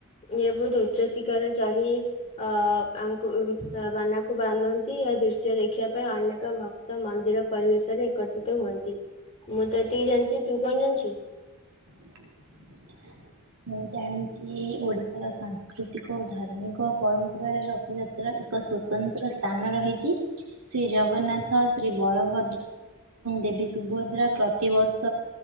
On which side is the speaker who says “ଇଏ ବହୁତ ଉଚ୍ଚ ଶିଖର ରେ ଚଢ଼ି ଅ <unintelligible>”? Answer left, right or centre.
Left